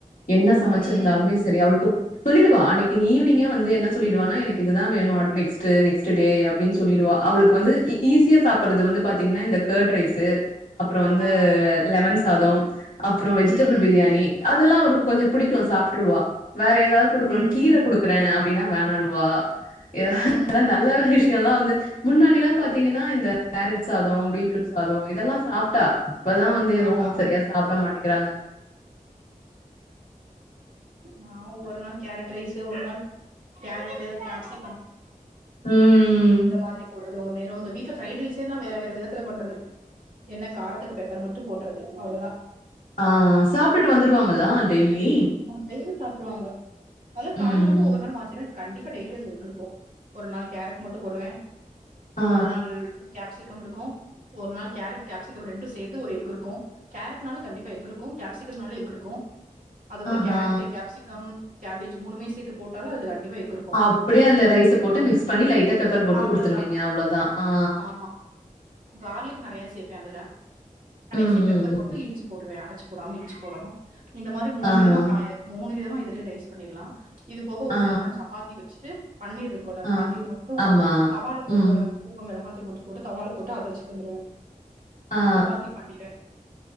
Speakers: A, on the left (about 65°); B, on the right (about 75°).
A: என்ன சமச்சிருந்தாலுமே
B: ம்
A: செரி அவுளுக்கு சொல்லிடுவா அன்னைக்கு ஈவினிங்கே வந்து என்ன சொல்லிடுவான்னா எனக்கு இதுதா வேனு நெஸ்ட்டு நெக்ஸ்ட் டே அப்டின்னு சொல்லிடுவா அவளுக்கு வந்து இ ஈஸியா சாப்பறது வந்து பாத்தீங்கன்னா இந்த கேர்ட் ரைஸ்ஸு அப்புற வந்து
B: ஆ
A: லெமன் சாதம் அப்புற வெஜிடேபிள்
B: ம்
A: பிரியாணி அதெல்லா அவளுக்கு கொஞ்ச பிடிக்கு சாப்ட்ருவா வேற எதாவ் குடுக்குணு
B: ம்
A: கீர குடு க்குறே அப்டினா வேணானுவா எதனா
B: ம்
A: நல்ல விஷியோல்லா வந்து முன்னாடில்லாம் பாத்தீங்கன்னா இந்த கேரட் சாதோ பீட்ரூட் சாதோ இதெல்லா சாப்ட்டா இப்பதா வந்து எதுவும்
B: ஆ ஆ
A: சரியா சாப்ட மாட்டேங்கிறாங்க
B: நா ஒவ்வொரு நாள் கேரட் ரைஸு ஒரு நாள் கேரட்டு கேப்சிக்கம்
A: ம்
B: இந்த மாதிரி போடுறது ஒரு நேரோ இந்த வீட்ல பிரைட் ரைஸே தா வேற வேற விதத்துல பண்றது என்ன காரத்துக்கு பெப்பர் மட்டும் போட்டுறது அவ்ளதா
A: ஆ சாப்ட்டுட்டு வந்துடுவாங்களா டெய்லி
B: வெய்லி சாப்டுவாங்க அத காய்
A: ம்
B: மட்டு ஒவ்வொரு நாள் மாத்திருவ கண்டிப்பா டெய்லி அதுல எக் இருக்கு ஒரு நாள் கேரட் மட்டு போடுவே
A: ஆ
B: ஒரு நாள் கேப்சிகம் இருக்கு ஒரு நாள் கேரட் கேப்சிக்கம் ரெண்டு சேத்து ஒரு எக் இருக்கு கேரட்னாலு கண்டிப்பா எக் இருக்கு கேப்சிக்கம்னாலு எக் இருக்கு அதோட
A: ஆஹா
B: கேரட்டு் கேப்சிக்கம் கேபேஜ் மூனுமே சேத்து போட்டாலு அதுல கண்டிப்பா எக் இரு
A: அப்பிடியே அதுல ரைஸ போட்டு மிக்ஸ் பண்ணி லைட்டா பெப்பர போட்டு
B: அவ்ளோதா
A: குடுத்துருவீங்க அவ்ளோதா ஆ
B: ஆமா கார்லிக் நறையா சேப்பே அதுல கடேசி
A: ம்
B: பெப்பர்
A: ம்
B: ம க்கு இடுச்சு போடுவே அரச்சு போடாம இடுச்சு போடணு இந்த மாரி மூனு
A: ஆஹா
B: விதமா காய மூனு விதமா இதுலயே ரைஸ் பண்ணீர்லா இது போக ஒரு
A: ஆ,
B: சில நாள் சப்பாத்தி வெச்சுட்டு பன்னீர் இரு க்குல
A: ஆ.
B: பன்னீர் மட்டு
A: ஆமா.
B: தவா ல போடுவோல
A: ம்.
B: உப்பு மொளகாத்தூள் மட்டு போட்டு தவா ல போட்டு அத வெச்சு தந்துடுவே
A: ஆ, ஆ.
B: சப்பாத்தி பன்னீரு